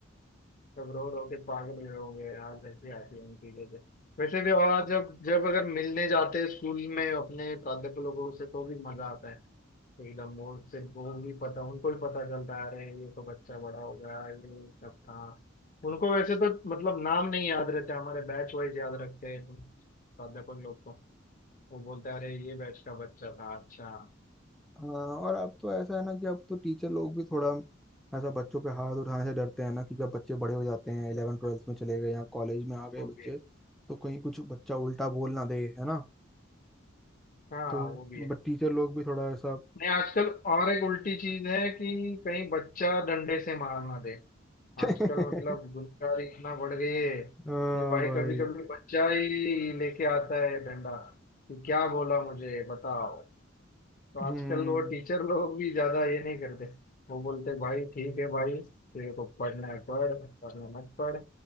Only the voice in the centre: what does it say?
हाँ और अब तो ऐसा है ना कि अब तो टीचर लोग भी थोड़ा ऐसा बच्चों पे हाथ उठाने से डरते हैं ना कि जब बच्चे बड़े हो जाते हैं इलेवन
ट्वेल्थ में चले गए या कॉलेज में आ गए
बच्चे
तो कहीं कुछ बच्चा उल्टा बोल ना दे है ना
तो
बट टीचर लोग भी थोड़ा ऐसा
<laughs>
हाँ
भाई
हम्म